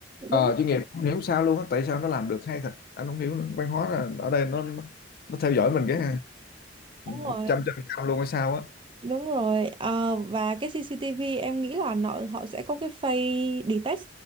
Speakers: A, on the left (about 50°); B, on the right (about 25°).
A: ờ,
B: đúng
A: chuyên nghiệp không hiểu sao luôn á tại sao nó làm được hay thật anh không hiểu nữa. văn hóa là ở đây nó nó nó theo dõi mình cái
B: đúng rồi
A: một trăm phần trăm luôn hay sao á
B: Đúng rồi, ờ, và cái CCTV em nghĩ là nó, họ sẽ có cái face detect